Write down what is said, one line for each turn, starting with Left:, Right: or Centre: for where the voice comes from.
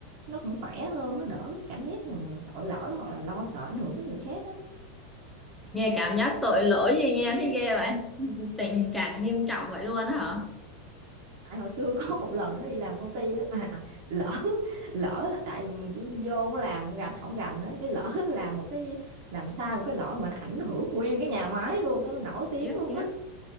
Right: nó cũng khỏe hơn nó đỡ cái cảm giác mà tội lỗi hoặc là lo sợ ảnh hưởng tới người khác á
Centre: Nghe cảm giác tội lỗi gì nghe thấy ghê vậy. Tình trạng nghiêm trọng vậy luôn á hả?
Right: tại hồi xưa <laughs> có một lần nó đi làm công ty á mà lỡ lỡ là tại cái vô nó làm gành không gành á cái lỡ <laughs> làm một cái làm sai một cái lỗi mà nó ảnh hưởng nguyên cái nhà máy luôn tao nó nổi tiếng
Centre: Tiếc
Right: luôn
Centre: tiếc.
Right: á